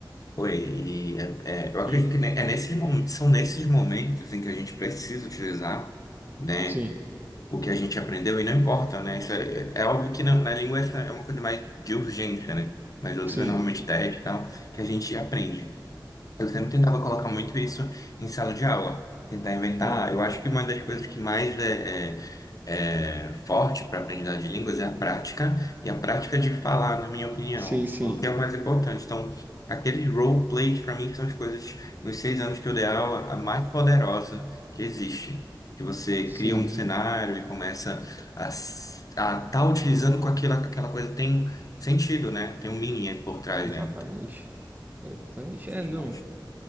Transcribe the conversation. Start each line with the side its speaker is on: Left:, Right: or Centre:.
Left: Oi, e é- é, eu acredito
Right: Hum,
Left: que ne- é nesses momentos, são nesses momentos em que a gente precisa utilizar, né?
Right: sim,
Left: o que a gente aprendeu e não importa, né? Isso é, é óbvio que na, na língua essa é uma coisa mais de urgência, né? Nas outras,
Right: sim,
Left: normalmente, teste e tal, que a gente aprende. Eu sempre tentava colocar muito isso em sala de aula, tentar inventar.
Right: hum,
Left: Eu acho que uma das coisas que mais é é é, forte para aprendizagem de línguas é a prática e a prática de falar, na minha opinião,
Right: sim, sim,
Left: é o que é o mais importante. Então, aqueles roleplays, para mim, são as coisas, nos seis anos que eu dei aula, a mais poderosa que existe. Que você
Right: sim,
Left: cria um cenário e começa a estar tá utilizando com aquela, aquela coisa, tem sentido, né? Tem um meaning aí por trás,
Right: exatamente.
Left: né? Então,
Right: Exatamente.
Left: isso
Right: É,
Left: é demais.
Right: não,